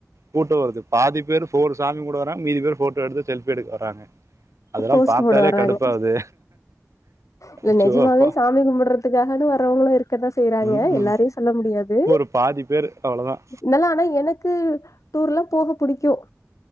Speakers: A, on the right (about 65°); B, on the left (about 70°).
A: கூட்டோ வருது பாதி பேரு ஃபோனு சாமி கும்ப்ட வர்றங்க மீதி பேரு ஃபோட்டோ எடுத்து செல்பி எடுக்க வராங்க அதெல்லாம்
B: போஸ்ட்டு
A: பார்த்தாலே
B: போட வறாங்க
A: கடுப்பாகுது
B: இல்ல
A: அச்சோ
B: நெஜமாவே
A: அப்பா
B: சாமி கும்பிட்ற துக்காகனு வரவங்களு இருக்கதா செய்யறாங்க
A: ம், ம்.
B: எல்லாரியு சொல்ல முடியா து
A: ஒரு பாதி பேர் அவ்வளோதான்
B: நல்லா ஆனா எனக்கு டூர்ல்லா போக புடிக்கு